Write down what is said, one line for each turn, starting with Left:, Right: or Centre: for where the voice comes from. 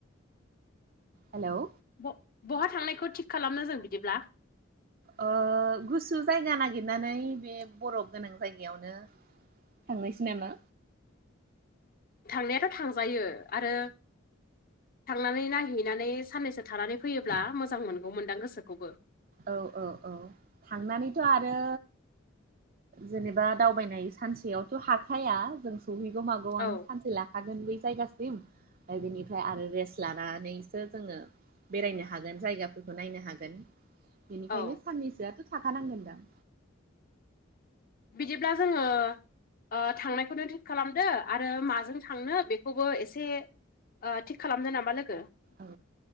Right: हेल'
Left: ब'-बहा थांनायखौ थिग खालामनो जों बिदिब्ला?
Right: ओ गुसु जायगा नागिरनानै बे बरफ गोनां जायगायावनो। थांनोसै नामा।
Left: थांनायाथ' थांजायो आरो। थांनानै नायहैनानै साननैसो थानानै फैयोब्ला मोजां मोनगौमोनदां गोसोखौबो।
Right: औ औ औ थांनानैथ' आरो जेनेबा दावबायनाय सानसेयावथ' हाखाया जों सहैगौ मागौआनो
Left: औ
Right: सानसे ला खागोन बै जायगासिम। ओमफ्राय बेनिफ्राय आरो रेस्ट लानानैसो जोङो बेरायनो हागोन जायगाफोरखौ नायनो हागोन। बेनिखायनो
Left: औ
Right: साननैसोआथ थाखानांगोनदां।
Left: बिदिब्ला जोङो ओ थांनायखौनो थिग खालामदो आरो माजों थांनो बेखौबो एसे ओ थिग खालामदो नामा लोगो?
Right: औ